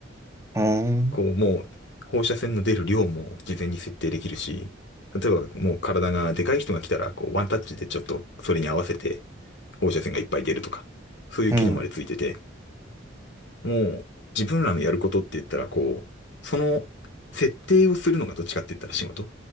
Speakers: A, on the right; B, on the left.
A: ほーん、
B: こう、もう、放射線の出る量も事前に設定できるし、例えばもう体がでかい人が来たら、こう、ワンタッチでちょっとそれに合わせて放射線がいっぱい出るとか、そういう機能までついてて、
A: うん、
B: もう、自分らのやることって言ったら、こう、その設定をするのがどっちかって言ったら仕事。